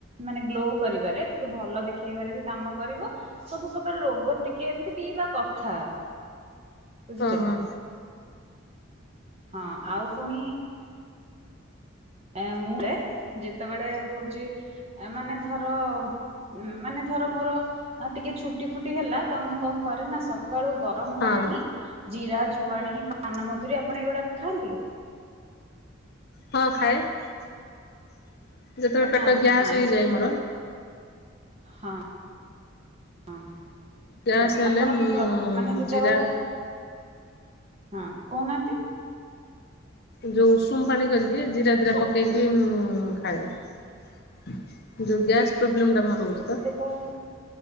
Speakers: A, on the right (about 30°); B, on the left (about 55°).
A: ମାନେ ଗ୍ଲୋ କରିବାରେ ଟିକେ ଭଲ ଦେଖ ଖେଇବାରେ ବି କାମ କରିବ, ସବୁ ପ୍ରକାର ରୋଗରୁ ଟିକେ ଏମତି ପିଇବା କଥା। ବୁଝିଲେ!
B: ଓହୋ।
A: ହଁ ଆଉ ପୁଣି ଏ ମୁଁ ଳେ ଯେତେବେଳେ ହଉଛି ମାନେ ଧର ହୁଁ, ମାନେ ଧର ମୋର ଟିକେ ଛୁଟି ଫୁଟି ହେଲା ତ ମୁଁ କଣ କରେ ନା ସ ସକାଳୁ ଗରମ
B: ହଁ
A: ପାଣି, ଜିରା, ଜୁଆଣି, ପାନ ମଧୁରୀ ଆପଣ ଏଇଗୁଡାକ ଖାଆନ୍ତି?
B: ହଁ ଖାଏ, ଯେତେବେଳେ
A: କାହିଁକିନା
B: ପେଟ ଗ୍ୟାସ
A: ଆଇଁଷ
B: ହେଇଯାଏ
A: ଯେତେବେଳେ
B: ମୋର।
A: ହଁ। ହଁ,
B: ଗ୍ୟାସ୍
A: ହଁ
B: ହେଲେ
A: ଆପଣ
B: ମୁଁ
A: ମାନେ ଯେତେବେଳେ
B: ଜିରା
A: ହଁ କହୁନାହାନ୍ତି?
B: ଯୋଉ ଉଷୁମ ପାଣି କରିକି ଜିରା ଜିରା ପକେଇକି ମୁଁ ଖାଏ। ଯଉ ଗ୍ୟାସ ପ୍ରୋବ୍ଲେମ ଟା ମୋର ହଉଚିପା।
A: ଓହ।